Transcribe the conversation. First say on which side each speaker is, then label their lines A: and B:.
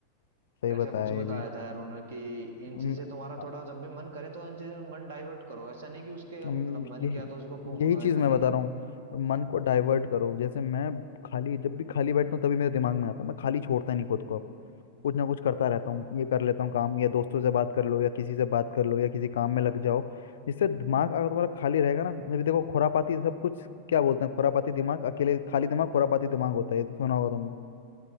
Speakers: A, on the left; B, on the right.
A: सही
B: ऐसा
A: बताया
B: कुछ बताया
A: ये भी
B: था यार उन्होंने कि इन
A: हम्म,
B: चीजें तुम्हारा
A: अ-
B: थोड़ा जब भी मन करे तो इन चीजों में मन डाइवर्ट करो ऐसा नहीं कि उसके
A: हम्म,
B: मतलब मन
A: यही
B: किया तो उसको फूंक
A: यही
B: लो
A: चीज़
B: ऐसा
A: मैं
B: नहीं
A: बता रहा हूँ मन को डाइवर्ट करो जैसे मैं खाली जब भी खाली बैठता हूँ तभी मेरे दिमाग में आता है मैं खाली छोड़ता ही नहीं खुद को कुछ ना कुछ करता रहता हूँ ये कर लेता हूँ काम या दोस्तों से बात कर लो या किसी से बात कर लो या किसी काम में लग जाओ जिससे दिमाग अगर तुम्हारा खाली रहेगा ना अभी देखो खुरापाती सब कुछ क्या बोलते हैं खुरापाती दिमाग अकेले खाली दिमाग खुरापाती दिमाग होता है ये तो सुना होगा तुमने